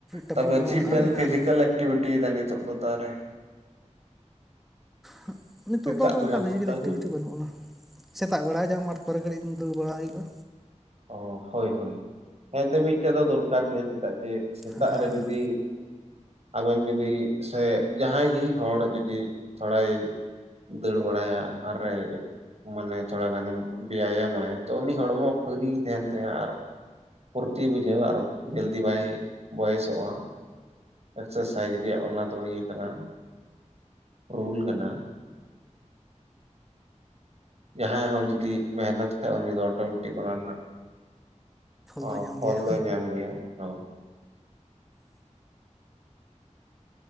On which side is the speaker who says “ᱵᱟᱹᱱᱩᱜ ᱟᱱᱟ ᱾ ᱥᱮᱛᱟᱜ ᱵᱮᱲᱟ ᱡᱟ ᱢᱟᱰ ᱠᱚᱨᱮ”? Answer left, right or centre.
Centre